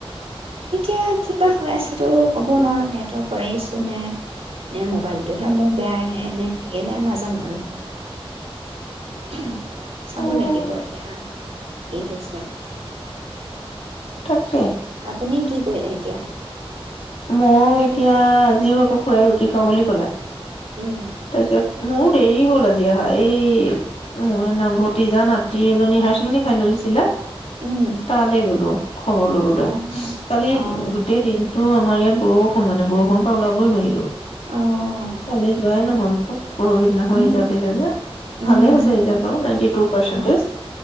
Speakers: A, on the right (about 90°); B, on the left (about 80°).
A: এতিয়া কিবা হৈ আছে তো কব নোৱাৰো নেটৱৰ্কৰে ইচছু নে নে মোবাইলটোহে মোৰ বেয়া আহে নে কিিয়ে নে নাজানো আৰু চাব
B: উম
A: লাগিব এতিয়া কি হৈছে
B: তাত
A: আপুনিে কি কৰিলে এতিয়া
B: মই এতিয়া আজিও আকৌ খুৰাই ৰুটি খাওঁ বুলি ক'লা
A: উম
B: তছত মোৰো দেৰি হ'ল আজি অহা এই উ ভতিজা নাত এজনী হায়াৰ ছেকেণ্ডী ফাইনেল দিছিলা
A: উম
B: তালৈ গ'লো খবৰ লবলৈ
A: অঁ
B: কালি
A: অঁ
B: তো আমাৰ ইয়াত বৰষুণ মানে বৰষুণৰ পৰা ওলাবই নোৱাৰিলো।
A: অঁ
B: কালি যোৱাই নহ'ল পৰহিদিনাখন
A: উম
B: ৰিজালট দিলে যে ভালে
A: উম হুম
B: হৈছে ৰিজাল্টটো নাইনটি টু পাৰ্চেন্টেজ
A: অঁ